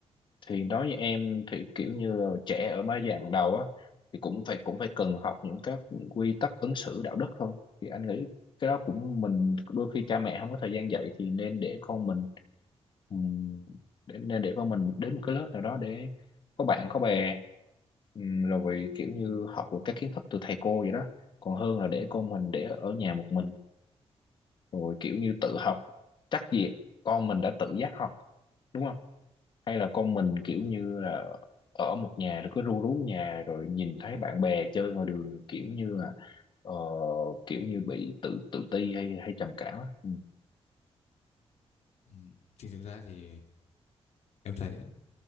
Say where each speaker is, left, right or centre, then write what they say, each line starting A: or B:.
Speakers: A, on the left (about 45°); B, on the left (about 85°).
A: thì đối với em thì kiểu như là trẻ ở mấy giai đoạn đầu á thì cũng phải cũng phải cần học những các quy tắc ứng xử đạo đức thôi thì anh nghĩ cái đó cũng mình đôi khi cha mẹ không có thời gian dạy thì nên để con mình ừm, để, nên để con mình đến một cái lớp nào đó để có bạn có bè um, rồi kiểu như học được các kiến thức từ thầy cô vậy đó còn hơn là để con mình để ở nhà một mình rồi kiểu như tự học chắc gì con mình đã tự giác học đúng không hay là con mình kiểu
B: Ừ.
A: như là ở một nhà rồi cứ ru rú nhà rồi nhìn thấy bạn bè chơi ngoài đường kiểu như là ờ, kiểu như bị tự tự ti hay hay trầm cảm á ừ.
B: Ừ. Thì thực ra thì em thấy